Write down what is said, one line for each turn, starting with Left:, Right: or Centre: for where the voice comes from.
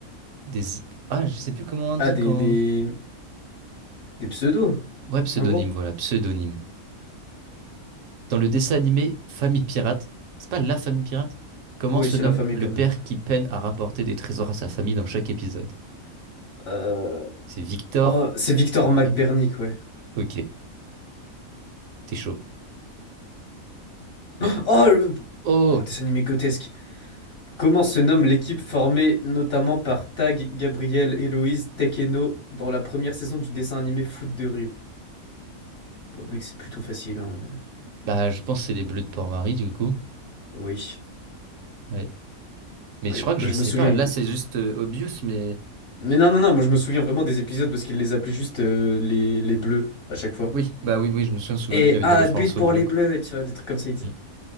Right: des... Ah, je sais plus comment on dit
Left: Ah, des,
Right: quand...
Left: des, des pseudos,
Right: Ouais, pseudonyme,
Left: en gros.
Right: voilà, pseudonyme. Dans le dessin animé Famille Pirate, c'est pas la famille pirate? Comment
Left: Oui,
Right: se
Left: c'est
Right: nomme
Left: la famille
Right: le
Left: permis.
Right: père qui peine à rapporter des trésors à sa famille dans chaque épisode?
Left: Euh...
Right: C'est Victor,
Left: Oh, c'est Victor McBernick,
Right: Ouais.
Left: ouais.
Right: Ok, t'es chaud.
Left: <gasps> Oh, le...
Right: Oh,
Left: oh, dessin animé grotesque. Comment se nomme l'équipe formée notamment par Tag, Gabriel, Héloïse, Tekeno dans la première saison du dessin animé Foot de rue? Bon, mec, c'est plutôt facile. hein, euh.
Right: bah je pense que c'est les bleus de Port-Marie du coup.
Left: Oui,
Right: Ouais. Mais
Left: oui.
Right: je crois que
Left: Moi,
Right: je
Left: je
Right: sais
Left: me souviens.
Right: pas.
Left: il-
Right: Là c'est juste euh, obvious, mais
Left: Mais non, non, non. Moi, je me souviens vraiment des épisodes parce qu'il les appelait juste euh, les, les bleus à chaque fois.
Right: oui, bah oui, oui, je me souviens souvent,
Left: Et
Right: il y avait
Left: ah,
Right: des références
Left: but
Right: aux
Left: pour
Right: bleus.
Left: les
Right: quoi.
Left: bleus, tu vois, des trucs comme ça, il
Right: Mm.
Left: disait.